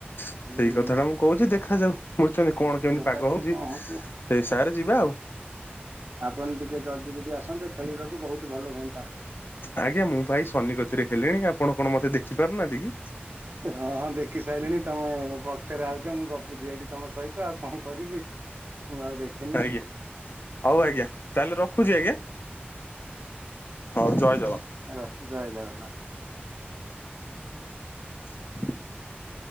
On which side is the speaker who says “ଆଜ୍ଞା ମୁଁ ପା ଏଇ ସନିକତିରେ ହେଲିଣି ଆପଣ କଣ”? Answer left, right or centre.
Left